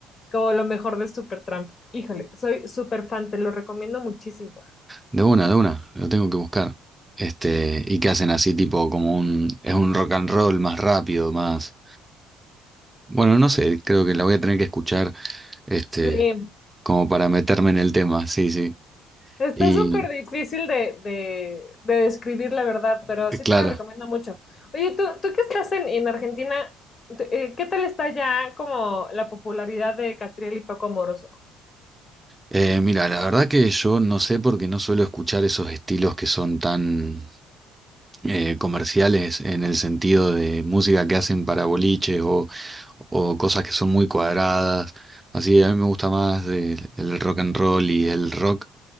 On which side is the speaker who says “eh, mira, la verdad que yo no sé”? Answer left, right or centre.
Right